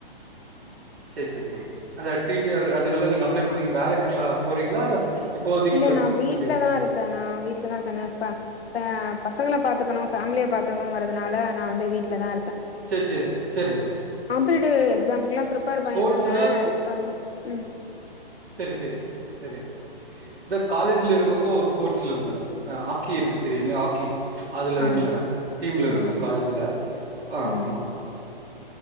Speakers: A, on the right; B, on the left.
A: சேர் சேரிம்மா அதா டீச்சர் அதுக்கெல்லாம் நீங்க அப்ளை பண்ணீங்க வேலைக்கு போறீங்களா இல்ல இப்போதைக்கு
B: இல்ல
A: வ
B: நான் வீட்லதான்
A: எப்டி
B: இருக்கேன் நான் வீட்லதான் இருக்கேன் நப்ப ஆ பசங்களை பாத்துக்கணும் ஃபேமிலிய பாத்துக்கணுங்கறிறதுனால நான் வந்து வீட்லதான் இருக்கேன்
A: சேர் சேரி சேரிங்க
B: காம்படேட்டிவ் எக்ஸாம்கெல்லாம் பிரிப்பேர்
A: ஸ்போர்ட்ஸ்ல
B: பண்ணிட்டு இருந்தேன் இப்ப வந்து ம்
A: செரி செரி செரி செரி இந்த காலேஜ்ல இருக்கப்போ ஸ்போர்ட்ஸ்ல இருந்த மேம் ஹாக்கி இருக்கு தெரியுங்கலா ஹாக்கி அதுல
B: ஆமா
A: இருந்தேன் டீம்ல்
B: ஆ
A: இருந்தேன் காலேஜில் ஆ
B: ம்
A: ஆமா